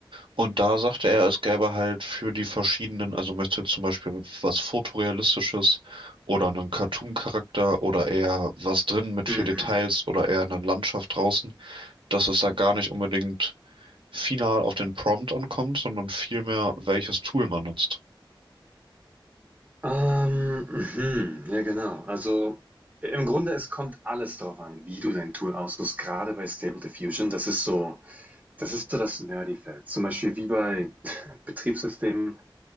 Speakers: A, on the right; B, on the right.
A: Und da sagte er, es gäbe halt für die verschiedenen, also möchte zum Beispiel was Fotorealistisches oder einen Cartoon-Charakter oder eher was drin mit viel
B: Mhm.
A: Details oder eher eine Landschaft draußen, dass es da gar nicht unbedingt final auf den Prompt ankommt, sondern vielmehr, welches Tool man nutzt.
B: Ähm, mhm. Ja, genau. Also im Grunde, es kommt alles darauf an, wie du dein Tool aussuchst, gerade bei Stable Diffusion. Das ist so, das ist so das Nerdy-Feld. Zum Beispiel wie bei <laughs> Betriebssystemen.